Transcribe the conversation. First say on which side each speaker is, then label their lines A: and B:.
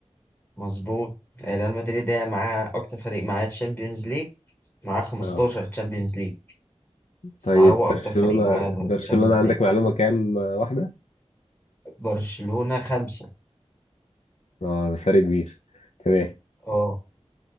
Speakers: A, on the left; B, on the left.
A: مظبوط ريال مدريد ده معاه اكتر فريق معاه تشامبيونز ليج معاه 15
B: اه
A: تشامبيونز ليج
B: طيب
A: فهو
B: برشلونة
A: اكتر فريق معاه
B: برشلونة
A: تشامبيونز
B: عندك
A: ليج
B: معلومة كام آه، واحدة؟
A: برشلونة خمسة
B: اه ده فرق كبير تمام
A: اه